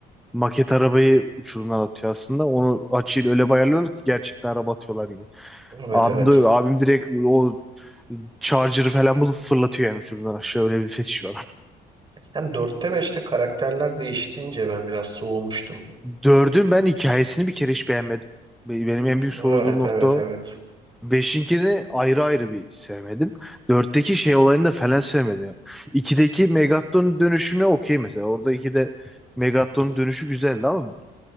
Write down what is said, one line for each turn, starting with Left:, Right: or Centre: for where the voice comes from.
Centre: Maket arabayı uçurumdan atıyor aslında. Onu açıyla öyle bayarlıyorlar ki gerçekten araba atıyorlar gibi.
Right: Evet
Centre: Abim
Right: evet.
Centre: de yok. Abim direkt o charger'ı falan bulup fırlatıyor yani uçurumdan aşağı. Öyle bir fetiş var.
Right: Yani dörtte beşte karakterler değiştiğince ben biraz soğumuştum.
Centre: Dördün ben hikayesini bir kere hiç beğenmedim. Be- Benim en büyük soğuduğum
Right: Evet
Centre: nokta
Right: evet
Centre: o.
Right: evet.
Centre: Beşinkini ayrı ayrı bir sevmedim. Dörtteki şey olayını da falan sevmedim. ya. İkideki Megatron dönüşüne okey mesela. Orada ikide Megatron dönüşü güzeldi ama